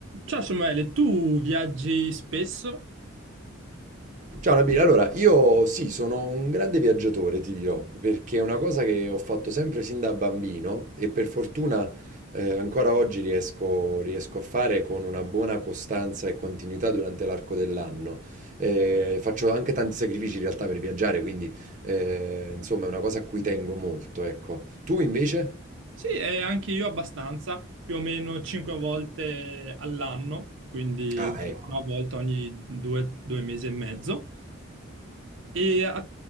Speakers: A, on the right; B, on the right.
A: Ciao Samuele, tu viaggi spesso?
B: Ciao Nabila, allora io sì, sono un grande viaggiatore, ti dirò, perché è una cosa che ho fatto sempre sin da bambino e per fortuna eh, ancora oggi riesco, riesco a fare con una buona costanza e continuità durante l'arco dell'anno. Eh, faccio anche tanti sacrifici in realtà per viaggiare, quindi eh, insomma è una cosa a cui tengo molto, ecco. Tu invece?
A: Sì, e anche io abbastanza, più o meno cinque volte all'anno, quindi
B: Ah, ecco.
A: una volta ogni due, due mesi e mezzo. E a,